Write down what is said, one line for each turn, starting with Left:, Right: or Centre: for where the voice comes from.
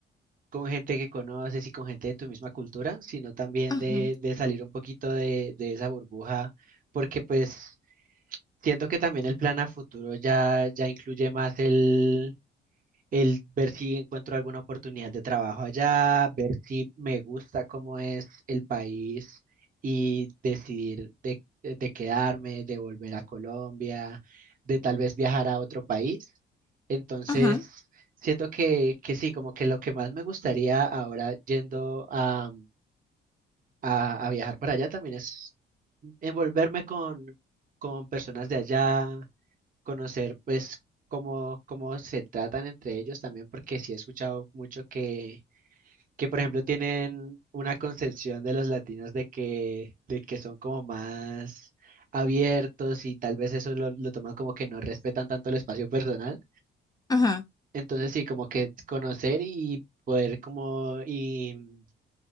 Right: con gente que conoces y con gente de tu misma cultura, sino también
Left: Ujú,
Right: de, de salir un poquito de, de esa burbuja, porque pues siento que también el plan a futuro ya, ya incluye más el, el ver si encuentro alguna oportunidad de trabajo allá, ver si me gusta cómo es el país y decidir de, de quedarme, de volver a Colombia, de tal vez viajar a otro país. Entonces,
Left: ujú,
Right: siento que, que sí, como que lo que más me gustaría ahora yendo a, a- a viajar para allá también es envolverme con, con personas de allá, conocer pues cómo, cómo se tratan entre ellos también, porque sí he escuchado mucho que, que por ejemplo tienen una concepción de los latinos de que, de que son como más abiertos y tal vez eso lo, lo toman como que no respetan tanto el espacio personal.
Left: ujú.
Right: Entonces sí, como que conocer y poder como y mm,